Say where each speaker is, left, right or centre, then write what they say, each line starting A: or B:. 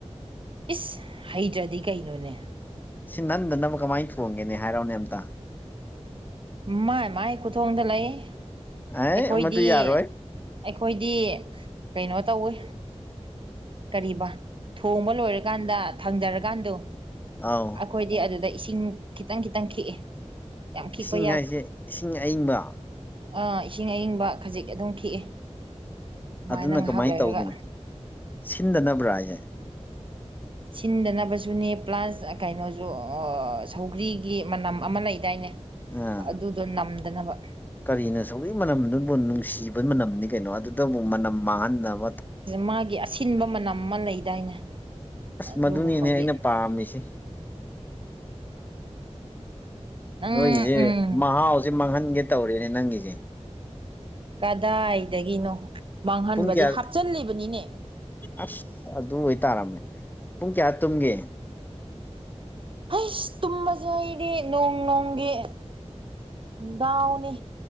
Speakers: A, on the right; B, on the left.
A: ꯏꯁ ꯍꯩꯇ꯭ꯔꯗꯤ ꯀꯩꯅꯣꯅꯦ
B: ꯁꯤꯟꯍꯟꯗꯅꯕ ꯀꯃꯥꯏꯟ ꯊꯣꯡꯒꯦꯅꯦ ꯍꯥꯏꯔꯣꯛꯅꯦ ꯑꯝꯇ
A: ꯃꯥꯏ ꯃꯥꯏ ꯈꯨꯊꯣꯡꯗ ꯂꯩ
B: ꯑꯦ
A: ꯑꯩꯈꯣꯏꯗꯤ
B: ꯃꯗꯨ ꯌꯥꯔꯣꯏ
A: ꯑꯩꯈꯣꯏꯗꯤ ꯀꯩꯅꯣ ꯇꯧꯋꯤ ꯀꯔꯤꯕꯥ ꯊꯣꯡꯕ ꯂꯣꯏꯔꯀꯥꯟꯗ ꯊꯥꯡꯗꯔꯀꯥꯟꯗꯣ
B: ꯑꯥꯎ
A: ꯑꯈꯣꯏꯗꯤ ꯑꯗꯨꯗ ꯏꯁꯤꯡ ꯈꯤꯇꯪ ꯈꯤꯇꯪ ꯈꯤꯛꯑꯦ ꯌꯥꯝ ꯈꯤꯛꯄ
B: ꯏꯁꯤꯡ ꯍꯥꯏꯁꯦ ꯏꯁꯤꯡ ꯑꯏꯪꯕ
A: ꯥ ꯏꯁꯤꯡ ꯑꯏꯪꯕ ꯈꯖꯤꯛ ꯑꯗꯨꯝ ꯈꯤꯛꯑꯦ ꯑꯗꯨꯃꯥꯏꯅ
B: ꯑꯗꯨꯅ
A: ꯉꯥꯏꯍꯥꯛ
B: ꯀꯃꯥꯏꯅ
A: ꯂꯩꯔꯒ
B: ꯇꯧꯔꯤꯅꯣ ꯁꯤꯟꯗꯅꯕ꯭ꯔꯥ ꯍꯥꯏꯁꯦ
A: ꯁꯤꯟꯗꯅꯕꯁꯨꯅꯦ ꯄ꯭ꯂꯁ ꯀꯩꯅꯣꯁꯨ ꯁꯧꯒ꯭ꯔꯤꯒꯤ ꯃꯅꯝ ꯑꯃ ꯂꯩꯗꯥꯏꯅꯦ
B: ꯑꯥ
A: ꯑꯗꯨꯗꯣ ꯅꯝꯗꯅꯕ
B: ꯀꯔꯤꯅꯣ ꯁꯧꯒ꯭ꯔꯤ ꯃꯅꯝꯗꯨꯕꯨ ꯅꯨꯡꯁꯤꯕ ꯃꯅꯝꯅꯤ ꯀꯩꯅꯣ ꯑꯗꯨꯗꯕꯨ ꯃꯅꯝ ꯃꯥꯡꯍꯟꯅꯗꯕ
A: ꯃꯥꯒꯤ ꯑꯁꯤꯟꯕ ꯃꯅꯝ ꯑꯃ ꯂꯩꯗꯥꯏꯅꯦ
B: ꯑꯁ
A: ꯑꯗꯨꯒꯨꯝꯕꯒꯤ
B: ꯃꯗꯨꯅꯤꯅꯦ ꯑꯩꯅ ꯄꯥꯝꯃꯤꯁꯤ
A: ꯅꯪ
B: ꯅꯣꯏꯒꯤꯁꯦ
A: ꯎꯝ
B: ꯃꯍꯥꯎꯁꯦ ꯃꯥꯡꯍꯟꯒꯦ ꯇꯧꯔꯦꯅꯦ ꯅꯪꯒꯤꯁꯦ
A: ꯀꯗꯥꯏꯗꯒꯤꯅꯣ ꯃꯥꯡꯍꯟꯕꯗꯤ
B: ꯄꯨꯡ ꯀꯌꯥ
A: ꯍꯥꯞꯆꯜꯂꯤꯕꯅꯤꯅꯦ
B: ꯑꯁ ꯑꯗꯨ ꯑꯣꯏꯇꯥꯔꯝꯃꯦ ꯄꯨꯡ ꯀꯌꯥ ꯇꯨꯝꯒꯦ
A: ꯍꯩꯁ ꯇꯨꯝꯕꯖꯦ ꯑꯩꯗꯤ ꯅꯣꯡ ꯅꯣꯡꯒꯤ ꯗꯥꯎꯅꯤ